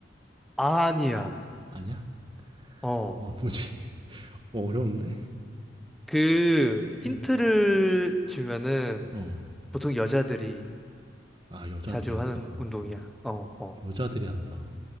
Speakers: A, in the centre; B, on the right.
A: 아니야.
B: 아니야?
A: 어.
B: 아 뭐지? <laughs> 어, 어려운데?
A: 그 힌트를
B: 어.
A: 주면은
B: 어.
A: 보통 여자들이
B: 아 여자들이
A: 자주
B: 한다.
A: 하는 운동이야. 어, 어.
B: 여자들이 한다.